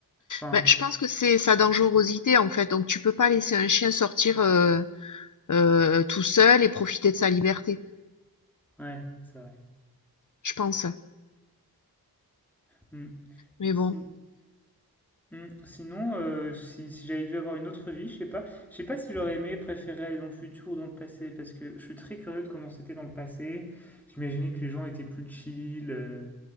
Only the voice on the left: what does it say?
Bah, je pense que c'est sa dangerosité, en fait, donc tu peux pas laisser un chien sortir, heu heu, tout seul et profiter de sa liberté,
je pense.
Mais
bon,